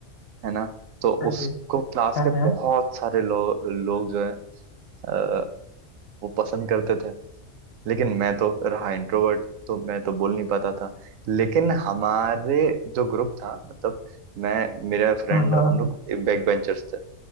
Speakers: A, on the right; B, on the left.
A: है ना तो
B: हाँ जी
A: उसको क्लास
B: हाँ
A: के
B: हाँ
A: बहुत सारे लो, लोग जो है अ, वो पसंद करते थे लेकिन मैं तो रहा इंट्रोवर्ट तो मैं तो बोल नहीं पाता था लेकिन हमारे जो ग्रुप था मतलब मैं मेरा फ्रेंड
B: हाँ हाँ
A: और हम लोग बैक बेंचर्स थे